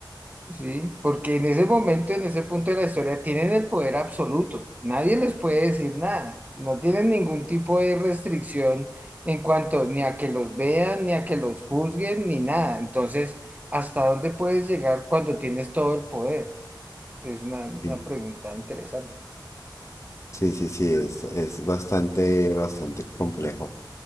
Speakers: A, on the right; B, on the left.
A: Sí, porque en ese momento, en ese punto de la historia, tienen el poder absoluto. Nadie les puede decir nada. No tienen ningún tipo de restricción en cuanto ni a que los vean, ni a que los juzguen, ni nada. Entonces, ¿hasta dónde puedes llegar cuando tienes todo el poder? Es una, una
B: Sí,
A: pregunta interesante.
B: sí, sí, sí, es, es bastante, bastante complejo.